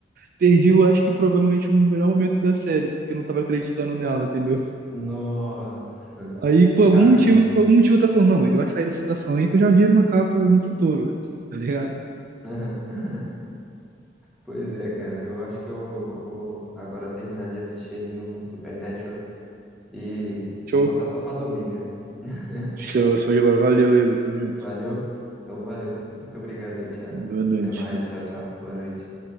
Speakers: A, on the right; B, in the centre.
A: perdi, eu acho que provavelmente o melhor momento da série, porque eu não tava acreditando nela, entendeu?
B: Nossa,
A: Aí por algum
B: caramba.
A: motivo, por algum motivo tá falando, não, ele vai sair dessa situação aí que eu já vi uma capa no futuro, tá ligado?
B: Aham. Pois é, cara. Eu acho que eu, eu vou agora terminar de assistir ali um Supernatural e
A: Show.
B: vou botar só pra dormir mesmo. <laughs>
A: Show, show de bola. Valeu, Igor. Tamo junto.
B: Valeu? Então, valeu. Muito obrigado aí, Thiago.
A: Boa noite.
B: Até mais. Tchau, tchau. Boa noite.